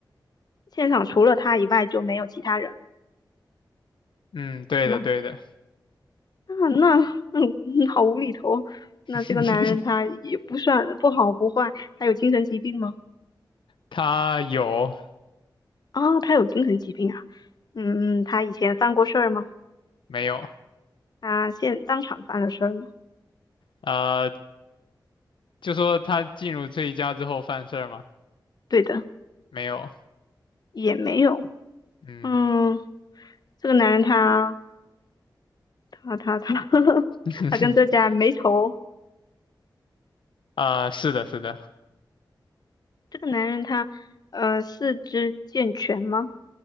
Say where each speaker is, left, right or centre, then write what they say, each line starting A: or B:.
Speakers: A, on the left (about 55°); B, on the left (about 85°).
A: 现场除了他以外就没有其他人了，
B: 嗯，对的对的，
A: 是吗？啊，那嗯，嗯好无厘头。
B: <laughs>
A: 那这个男人他也不算不好不坏，他有精神疾病吗？
B: 他有
A: 啊、他有精神疾病啊。嗯，他以前犯过事儿吗？
B: 没有？
A: 他现当场犯了事儿吗？
B: 呃，就说他进入这一家之后犯事儿吗？
A: 对的，
B: 没有，
A: 也没有。
B: 嗯，
A: 嗯，这个男人他他他他 <laughs>
B: <laughs>
A: 他跟这家没仇。
B: 啊、是的是的，
A: 这个男人他呃四肢健全吗？